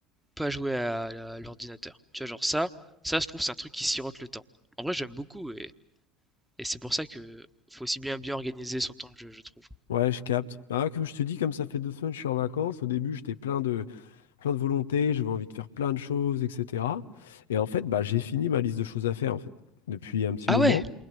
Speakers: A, in the centre; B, on the left.
A: pas jouer à, la- l'ordinateur. Tu vois, genre ça, ça, je trouve, c'est un truc qui sirote le temps. En vrai, j'aime beaucoup et, et c'est pour ça que faut aussi bien bien organiser son temps de jeu, je trouve.
B: Ouais, je capte. Ah, comme je te dis, comme ça fait deux semaines, que je suis en vacances. Au début, j'étais plein de, plein de volonté, j'avais envie de faire plein de choses, etc. Et en fait, bah, j'ai fini ma liste de choses à faire, en fait, depuis un petit
A: Ah
B: moment.
A: ouais!